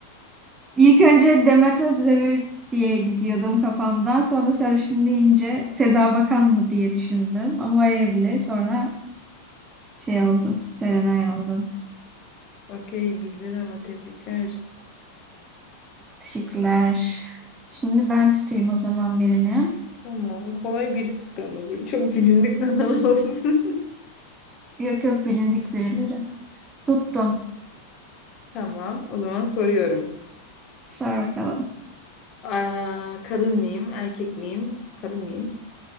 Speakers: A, on the right; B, on the left.
A: İlk önce Demet Özdemir diye gidiyordum kafamdan. Sonra sarışın deyince Seda Bakan mı diye düşündüm. Ama o evli. Sonra şey oldu. Serenay oldu.
B: <laughs> Okey bildin ama tebrikler.
A: Teşekkürler. Şimdi ben tutayım o zaman birini.
B: Tamam kolay biri tuttu ama böyle çok bilindik falan <laughs> olsun.
A: Yok yok bilindik birileri. Tuttum.
B: Tamam o zaman soruyorum.
A: Sor bakalım.
B: Aa, kadın mıyım erkek miyim? Kadın mıyım?